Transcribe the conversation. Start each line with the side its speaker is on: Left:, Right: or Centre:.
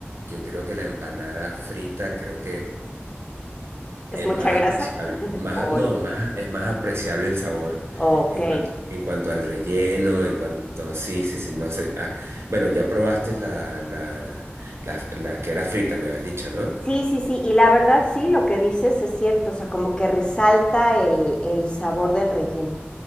Right: yo creo que la empanada frita, creo que es
Left: ¿Es mucha
Right: más
Left: grasa?
Right: apreciable, más,
Left: Spoiler.
Right: no, más, es más apreciable el sabor
Left: Ok.
Right: en cuanto, en cuanto al relleno, en cuanto, sí, sí, sí, no sé. ah, bueno, ya probaste la, la, la, la que era frita, me habías dicho, ¿no?
Left: Sí, sí, sí. Y la verdad, sí, lo que dices es cierto. O sea, como que resalta el, el sabor del relleno.